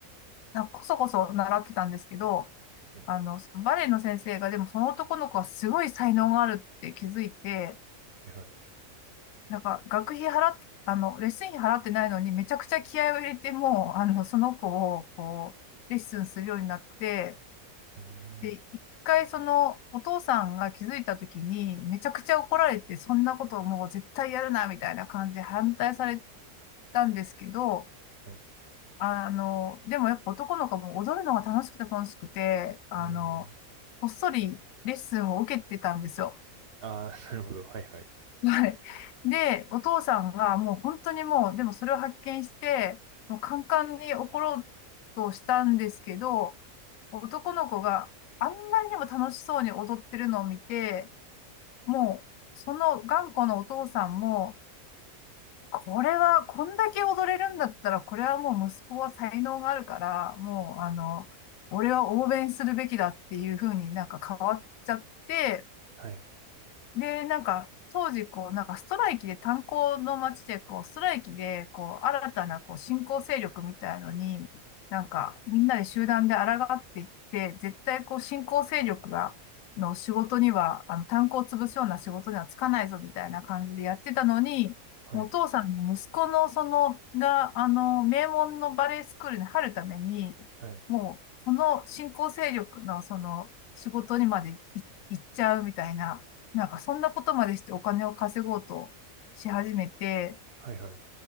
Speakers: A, on the left; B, on the right.
A: なんかこそこそ習ってたんですけど、
B: はい。
A: あの、そのバレエの先生が、でもその男の子はすごい才能があるって気づいて、
B: はい。はい。
A: なんか学費払って、あの、レッスン費払ってないのに、めちゃくちゃ気合を入れて、もう、あの、その子を、こう、レッスンするようになって、
B: うーん。
A: で、一回その、お父さんが気づいた時に、めちゃくちゃ怒られて、そんなことをもう絶対やるな、みたいな感じで反対されてたんですけど、
B: はい。
A: あの、でもやっぱ男の子も踊るのが楽しくて楽しくて、あの、
B: うーん。
A: こっそりレッスンを受けてたんですよ。
B: ああ、<laughs> なるほど。はい。はい。
A: はい。で、お父さんがもう本当にもう、でもそれを発見して、もうカンカンに怒ろうとしたんですけど、男の子があんまりにも楽しそうに踊ってるのを見て、もう、その頑固なお父さんも、これは、こんだけ踊れるんだったら、これはもう息子は才能があるから、もう、あの、俺は応援するべきだっていうふうになんか変わっちゃって、
B: はい。
A: で、なんか、当時、こう、なんかストライキで、炭鉱の町で、こう、ストライキで、こう、新たな、こう、新興勢力みたいのに、なんか、みんなで集団で抗っていって、絶対、こう、新興勢力が、の仕事には、あの、炭鉱を潰すような仕事にはつかないぞ、みたいな感じでやってたのに、
B: はい。
A: もうお父さんの息子の、その、が、あの、名門のバレエスクールに入るために、
B: はい。
A: もう、その新興勢力の、その、仕事にまで行っ行っちゃうみたいな、なんかそんなことまでしてお金を稼ごうとし始めて、
B: はい。はい。